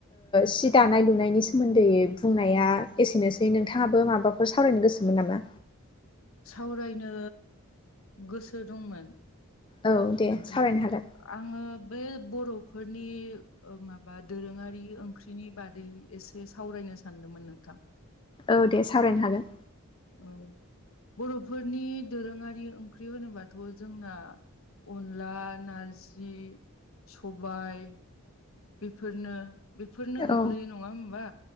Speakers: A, on the left; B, on the left.
A: सिट दानाय लुनायनि सोमोन्दै बुंनाया एसेनोसै नोंथाङाबो माबाफोर सावरायनो गोसोमोन नामा
B: सावरायनो गोसो दंमोन
A: औ दे
B: नोंथां
A: सावरायनो हागोन
B: आङो बे बर'फोरनि माबा दोरोङारि ओंख्रिनि बादै एसे सावरायनो सानदोंमोन नोंथां
A: औ दे सावरायनो हागोन
B: औ बर'फोरनि दोरोङारि ओंख्रि होनोबाथ' जोंना अनला नारजि सबाय बेफोरनो बेफोरनो
A: औ
B: गोग्लैयो नङा होमबा